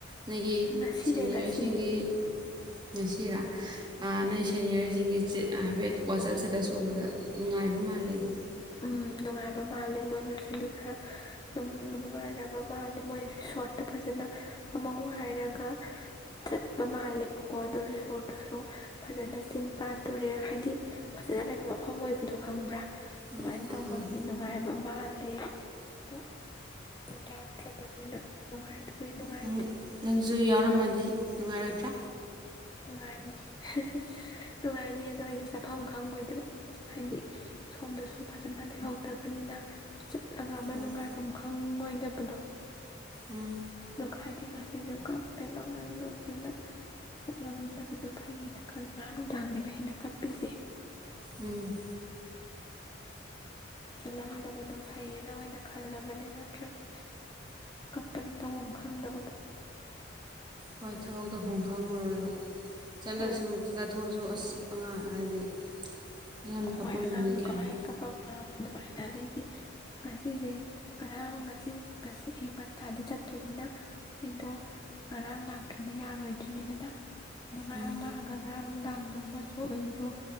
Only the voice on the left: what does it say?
ꯉꯁꯤꯅꯦ
ꯉꯁꯤ
ꯎꯝ ꯅꯨꯡꯉꯥꯏꯕ ꯃꯥꯜꯂꯦ ꯃꯣꯏ ꯉꯁꯤꯗꯤ ꯈꯔ ꯅꯨꯡꯕꯨ ꯅꯨꯡꯉꯥꯏꯔꯕ ꯃꯥꯜꯂꯦ ꯃꯣꯏ ꯔꯤꯁꯣꯔꯠꯇ ꯐꯖꯅ ꯑꯃ ꯋꯥꯏꯔꯒ ꯆꯠꯄ ꯃꯥꯜꯂꯦꯕꯀꯣ ꯑꯗꯨ ꯔꯤꯁꯣꯔꯠꯇꯨꯁꯨ ꯐꯖꯅ ꯆꯤꯡ ꯄꯥꯠ ꯇꯨꯔꯦꯜ ꯍꯥꯏꯗꯤ ꯐꯖꯅ ꯂꯩꯕ ꯃꯐꯝ ꯑꯣꯏ ꯑꯗꯨ ꯈꯪꯕ꯭ꯔꯥ
ꯑꯗꯨꯃꯥꯏꯅ ꯇꯧꯕꯒꯤ
ꯅꯨꯡꯉꯥꯏꯕ ꯃꯥꯜꯂꯦ ꯑꯗꯣ ꯑꯗꯨꯝ ꯌꯥꯎꯗ꯭ꯔꯕꯅꯤꯅ ꯅꯨꯡꯉꯥꯏꯕꯨꯗꯤ ꯅꯨꯡꯉꯥꯏ꯫
ꯅꯨꯡꯉꯥꯏꯅꯤ ꯍꯍ ꯅꯨꯡꯉꯥꯏꯅꯤ ꯑꯗꯨꯣ ꯑꯩꯁꯨ ꯆꯠ ꯃꯐꯝ ꯈꯪꯉꯣꯏꯗꯕ ꯍꯥꯏꯗꯤ ꯁꯣꯝꯗꯁꯨ ꯐꯖꯅ ꯂꯩꯍꯧꯗꯕꯅꯤꯅ ꯂꯪꯉꯥꯃ
ꯅꯨꯡꯉꯥꯏꯐꯝ ꯈꯪ ꯑꯣꯏꯗꯕꯗꯣ
ꯗꯨ ꯈꯥꯏꯗꯤ ꯉꯁ ꯁꯤꯁꯨ ꯀꯥꯞꯄꯦ ꯃꯉꯜꯕꯗꯨꯅ ꯆꯠꯂꯝꯗꯕꯅ ꯐꯩꯌꯦꯅ ꯈꯜꯂꯦ ꯉꯔꯥꯡ ꯅꯨꯡꯗꯥꯡꯅꯦꯕ ꯍꯦꯟꯅ ꯀꯞꯏꯁꯦ꯫
ꯆꯠꯂꯝꯗꯕꯗꯣ ꯐꯩꯌꯦꯅ ꯑꯣꯏꯅ ꯈꯜꯂꯕꯅꯦ ꯅꯠꯇ꯭ꯔꯗꯤ ꯀꯞꯄꯅꯤ ꯇꯧꯐꯝ ꯈꯪꯗꯕꯗꯣ꯫
ꯍꯣꯏ
ꯍꯣꯏ
ꯑꯉꯥꯡꯗꯣ
ꯀꯃꯥꯏ ꯀꯄ ꯑꯗꯨꯃꯥꯏꯅ ꯑꯗꯩꯗꯤ ꯉꯁꯤꯁꯦ ꯉꯔꯥꯡ ꯉꯁꯤ ꯉꯁꯤ ꯑꯌꯨꯛ ꯉꯟꯇꯥꯗꯤ ꯆꯠꯇꯣꯏꯅꯤꯅ ꯑꯩꯗꯣ ꯉꯔꯥꯡ ꯂꯥꯛꯇ꯭ꯔꯗꯤ ꯌꯥꯔꯣꯏꯗ꯭ꯔꯤꯅꯤꯗꯅ ꯑꯗꯨ ꯉꯔꯥꯡ
ꯂꯒꯥꯡ ꯉꯔꯥꯡ ꯅꯨꯡꯗꯥꯡꯗꯣ ꯑꯃꯁꯨ ꯑꯩꯗꯣ